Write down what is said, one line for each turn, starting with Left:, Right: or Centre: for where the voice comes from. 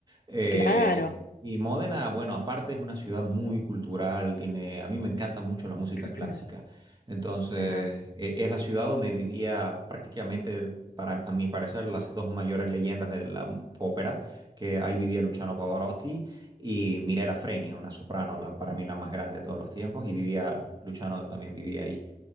Right: Eh,
Left: claro.
Right: y Módena, bueno, aparte es una ciudad muy cultural, tiene, a mí me encanta mucho la música
Left: <clears throat>
Right: clásica. Entonces,
Left: Ah,
Right: e- es la ciudad donde vivía prácticamente, para, a mi parecer, las dos mayores leyendas de la m- ópera, que ahí vivía Luciano Pavarotti y Mirella Freni, una soprano, la, para mí la más grande de todos los tiempos, y vivía, Luciano también vivía ahí.